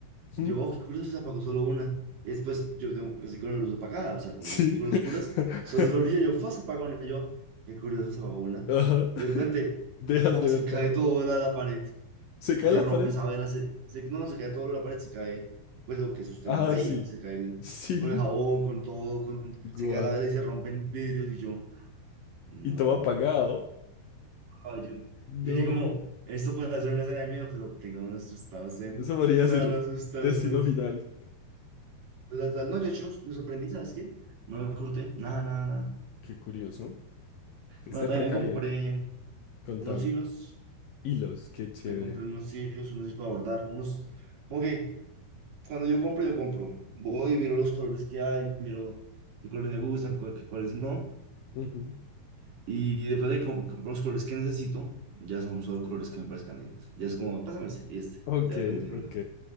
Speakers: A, on the right; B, on the left.
A: Y
B: ¿Mm?
A: yo, oh, qué curioso, se apagó solo una. Y después yo tengo así con la luz apagada, o sea, con
B: Sí.
A: las luces full
B: <laughs>
A: oscuras, solo se brilla, yo, fue, se apagó una. Y yo, qué curioso, se apagó una.
B: Ajá.
A: Y de repente,
B: Dejas
A: fue,
B: de
A: se
B: ver
A: cae
B: todo.
A: todo la, la pared
B: Se cae
A: y se
B: la
A: rompe
B: pared.
A: esa vela. Se, se- no, se cae todo la pared, se cae, pues lo que sostiene
B: Ah,
A: ahí,
B: sí.
A: se cae el-
B: Sí.
A: con el jabón, con todo, con,
B: Guau.
A: se cae la vela y se rompen vidrios. Y yo, no.
B: Y todo apagado.
A: Ah, yo, yo
B: No.
A: dije, como, esto puede ser una escena de miedo, pero tengamos nuestros estados zen
B: Eso podría
A: para
B: ser
A: no asustarnos.
B: destino final.
A: La verdad, no, yo, yo me sorprendí, ¿sabes qué? No me corté, nada, nada, nada.
B: Qué curioso. Este
A: Bueno, también
B: precavido.
A: me compré
B: Contame.
A: unos hilos,
B: Hilos, qué chévere.
A: me compré unos hilos, unos hilos para bordar, unos... Como que cuando yo compro, yo compro. Voy y miro los colores que hay, miro qué colores me gustan, cua- qué cuáles no.
B: Ujú.
A: Y después de que com- compro los colores que necesito, ya son solo colores que me parezcan lindos. Ya es como, pásame ese y este,
B: Ok,
A: ya dependiendo.
B: ok.